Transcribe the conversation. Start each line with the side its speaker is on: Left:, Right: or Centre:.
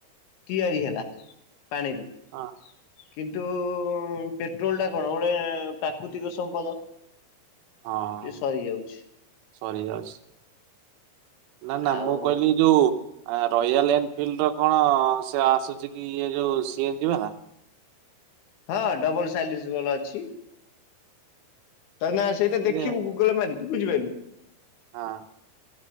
Left: ତିଆରି ହେଲା ପାଣିରୁ।
Right: ହଁ
Left: କିନ୍ତୁ ପେଟ୍ରୋଲ ଟା କଣ ଗୋଟେ ପ୍ରାକୃତିକ ସମ୍ପଦ।
Right: ହଁ
Left: ସେ ସରିଯାଉଛି
Right: ସରି ଯଜ ନା ନା
Left: ଆଉ
Right: ମୁଁ କହିଲି ଯୋଉ। ଆ ରୟାଲ ଏନଫିଲ୍ଡ ର କଣ ସେ ଆସୁଛି କି ଇଏ ଯୋଉ ସି ଏ ନ୍ ଜି ବଲା।
Left: ହଁ ଡବଲ ସାଇଲିଜ ଗଲ ଅଛି। ତା ନା ସେଇଟା
Right: ସିଏ
Left: ଦେଖିବୁ ଗୁଗଲରେ ମାରିକି ବୁଝିପାରଲୁ।
Right: ହଁ